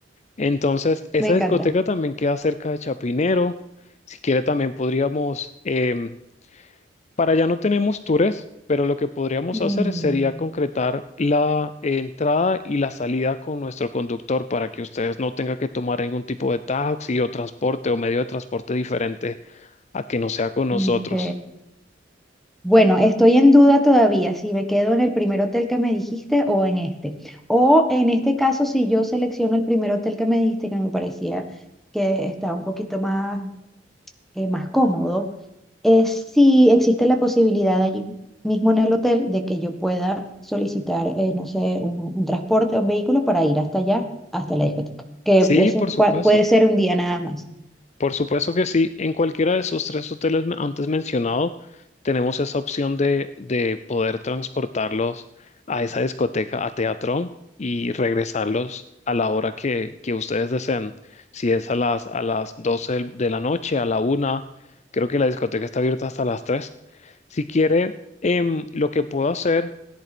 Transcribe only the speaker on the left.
Entonces, esa
discoteca también queda cerca de Chapinero. Si quiere, también podríamos em, para allá no tenemos tours, pero lo que podríamos
hacer sería concretar la entrada y la salida con nuestro conductor para que ustedes no tengan que tomar ningún tipo de taxi o transporte o medio de transporte diferente a que no sea con nosotros.
Sí,
por supuesto.
Por supuesto que sí. En cualquiera de esos tres hoteles me- antes mencionado, tenemos esa opción de, de poder transportarlos a esa discoteca, a Teatrón, y regresarlos a la hora que, que ustedes deseen. Si es a las, a las 12 del- de la noche, a la una, creo que la discoteca está abierta hasta las 3. Si quiere, em, lo que puedo hacer